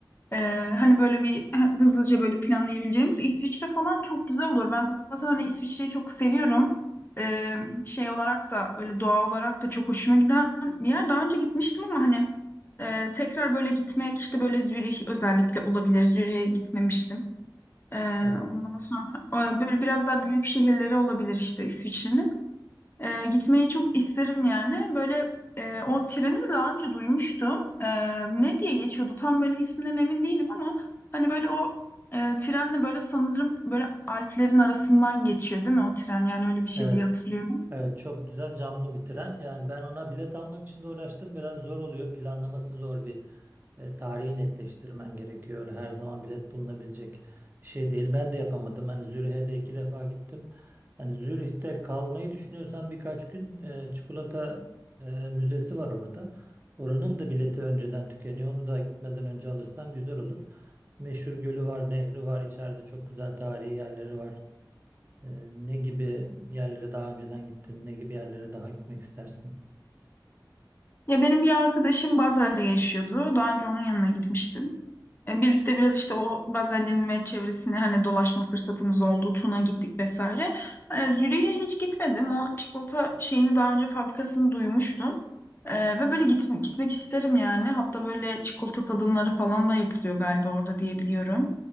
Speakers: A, on the left; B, on the right.
A: Ee, hani böyle bir <laughs> hızlıca böyle planlayabileceğimiz İsviçre falan çok güzel olur. Ben zaten hani İsviçre'yi çok seviyorum. Ee, şey olarak da böyle doğa olarak da çok hoşuma giden bir yer. Daha önce gitmiştim ama hani e, tekrar böyle gitmek işte böyle Zürih özellikle olabilir. Zürih'e gitmemiştim. Ee,
B: Evet.
A: ondan sonra e, böyle biraz daha büyük şehirleri olabilir işte İsviçre'nin. E, gitmeyi çok isterim yani. Böyle e, o treni de daha önce duymuştum. E, ne diye geçiyordu? Tam böyle isminden emin değilim ama hani böyle o e, trenle böyle sanırım böyle Alplerin arasından geçiyor değil mi o tren? Yani öyle bir şey
B: Evet.
A: diye hatırlıyorum.
B: Evet çok güzel canlı bitiren. Yani ben ona bilet almak için de uğraştım. Biraz zor oluyor. Planlaması zor bir e, tarihi netleştirmen gerekiyor. Öyle her zaman bilet bulunabilecek bir şey değil. Ben de yapamadım. Hani Zürih'e de iki defa gittim. Hani Zürih'te kalmayı düşünüyorsan birkaç gün e, çikolata e, müzesi var orada. Oranın da bileti önceden tükeniyor. Onu da gitmeden önce alırsan güzel olur. Meşhur gölü var, nehri var, içeride çok güzel tarihi yerleri var. Ee, ne gibi yerlere daha önceden gittin? Ne gibi yerlere daha gitmek istersin?
A: Ya benim bir arkadaşım Basel'de yaşıyordu. Daha önce onun yanına gitmiştim. E, Birlikte biraz işte o Bazel'in ve çevresine hani dolaşma fırsatımız oldu. Tun'a gittik vesaire. E, Zürih'e hiç gitmedim. O çikolata şeyini daha önce fabrikasını duymuştum. E, ve böyle git- gitmek isterim yani. Hatta böyle çikolata tadımları falan da yapılıyor galiba orada diye biliyorum.